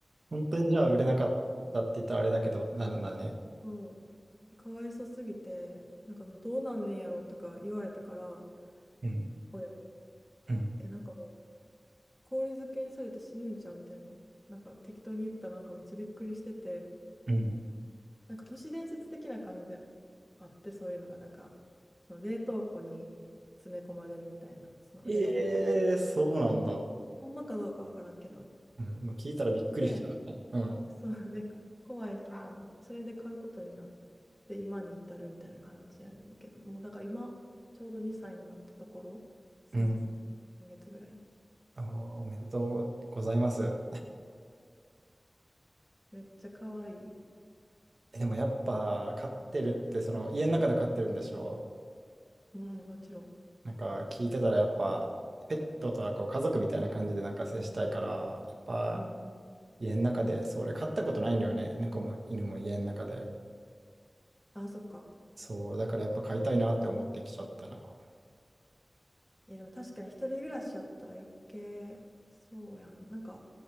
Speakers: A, on the right; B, in the centre.
A: 本当にじゃあ売れなかったって言ったらあれだけど、なるんだね。
B: うん。でかわいそうすぎて、なんかもうどうなんねんやろとか言われたから、
A: うん、
B: 親に、
A: うん、
B: え、なんかもう氷漬けにされて死ぬんちゃうみたいな、なんか適当に言ったらなんかめっちゃびっくりしてて、
A: うん、
B: なんか都市伝説的な感じであって、そういうのが、なんか、その冷凍庫に詰め込まれるみたいな、その売れ残った。
A: ええそうなんだ。
B: ほんまかどうかわからんけど。
A: うん、今聞いたらびっくりした。
B: で、
A: うん。
B: そうで、怖い、なんかもう、それで買うことになって、今に至るみたいな感じやねんけど、もうだから今、ちょうど2歳になったところ、先、
A: うん。
B: 先月ぐらい。
A: あーおめでとうございます。
B: めっちゃ可愛い。
A: えでもやっぱ飼ってるってその家の中で飼ってるんでしょ
B: うんもちろん。
A: なんか聞いてたらやっぱペットとはこう家族みたいな感じでなんか接したいからやっぱ
B: うん。
A: 家の中でそれ飼ったことないのよね。猫も犬も家の中で
B: あ、そっか。
A: そう、だからやっぱ買いたいなって思ってきちゃったな。
B: いや、でも確かに一人暮らしやったら余計、そうやん。なんか、